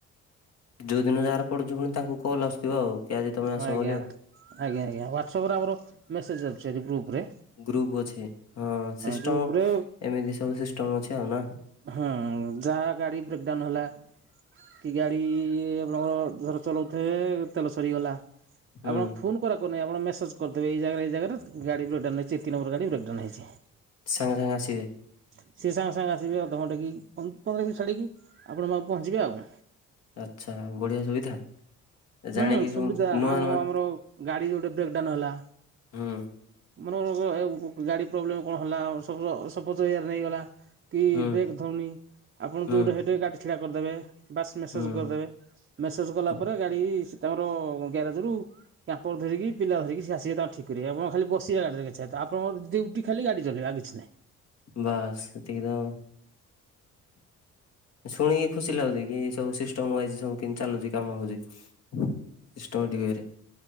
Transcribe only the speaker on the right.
ହଁ
ଆଜ୍ଞା
ଆଜ୍ଞା ଆଜ୍ଞା ହ୍ୱାଟସପରେ ଆମର ମେସେଜ ଆସୁଛି ହାରି। ଗ୍ରୁପ ରେ
ଗ୍ରୁପ ରେ
ହୁଁ ଯାହା ଗାଡି ବ୍ରେକ୍ ଡ଼ାଉନ ହେଲା କି ଗାଡି ଇ- <unintelligible> ଧର ଚଲାଉଥିବେ ତେଲ ସରିଗଲା। ଆଉ
କଣ ଫୋନ୍ କରା ନାଇଁ ଆପଣ ମେସେଜ କରିଦେବେ ଏଇ ଜାଗରେ ଏଇ ଜାଗାରେ ଗାଡି ବ୍ରେକ ଡାଉନ୍ ହେଇଛି ଏତିକି ନମ୍ବର ଗାଡି ବ୍ରେକ ଡାଉନ୍ ହେଇଛି।
ସିଏ ସାଙ୍ଗେ ସାଙ୍ଗେ ଆସିବେ। ଅଧଘଣ୍ଟେ କି ପନ୍ଦ-ପନ୍ଦର ମିନିଟ୍ ଛାଡ଼ିକି ଆପଣଙ୍କ ପାଖକୁ ପହଞ୍ଚିବେ ଆଉ।
ହୁଁ
ସୁବିଧା
ଆମ-ଆମର
ଗାଡି ଯଉଠେ ବ୍ରେକ୍ଡାଉନ୍ ହେଲା
ମନେକର ଗାଡି ପ୍ରୋବ୍ଲେମ କଣ ହେଲା ସପଜ-ସପୋଜ ଏୟାର ନେଇଗଲା। କି
ବ୍ରେକ୍ ଧରୁନି ଆପଣ
ଯଉଢେ ହେଇଢେ ଗାଡି ଛିଡା କରିଦେବେ। ବାସ୍ ମେସେଜ
କରିଦେବେ। ମେସେଜ କଲା
ପରେ ଗାଡି ସେ ତାଙ୍କର ଗ୍ୟାରେଜରୁ କ୍ୟାପର ଧରିକି ପିଲା ଧରିକି ସେ ଆସିବେ ତାଙ୍କର ଠିକ କରିବେ ଆପଣ ଖାଲି ବସିବେ ଗାଡିରେ କେଛି ଆପଣର ଡ୍ୟୁଟି ଖାଲି ଗାଡି ଚଲେଇବା। ଆଉ କିଛି ନାହିଁ।